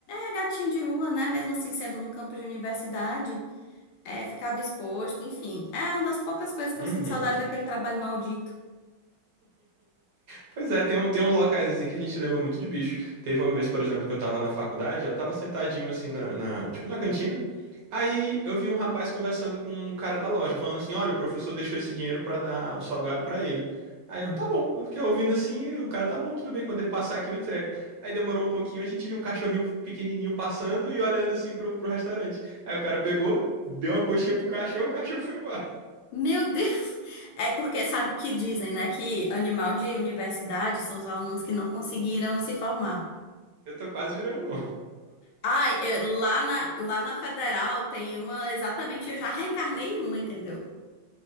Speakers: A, on the left; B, on the right.
A: é gatinho de rua, né? Mesmo assim, sendo no campo de universidade, é, ficava exposto, enfim. É uma das poucas coisas que
B: Uhum.
A: eu sinto saudade daquele trabalho maldito.
B: Pois é, tem, um- tem uns locais assim que a gente lembra muito de bicho. Teve uma vez, por exemplo, que eu tava na faculdade, eu tava sentadinho assim na, na- tipo na cantina. Aí eu vi um rapaz conversando com um cara da loja, falando assim: "Olha, o professor deixou esse dinheiro pra dar o salgado pra ele". Aí
A: Hum.
B: eu, tá bom. Eu fiquei ouvindo assim, e o cara, tá bom, tudo bem, quando ele passar aqui eu entrego. Aí demorou um pouquinho, a gente viu um cachorrinho pequenininho passando e olhando assim pro, pro restaurante. Aí o cara pegou, deu uma coxinha pro cachorro, o cachorro foi embora.
A: Meu <laughs> Deus! É porque sabe que dizem, né? Que animal de universidade são os alunos que não conseguiram se formar.
B: Eu tô quase virando um.
A: Ai, eu- lá na, lá na Federal tem uma exatamente, eu já reencarnei em uma, entendeu?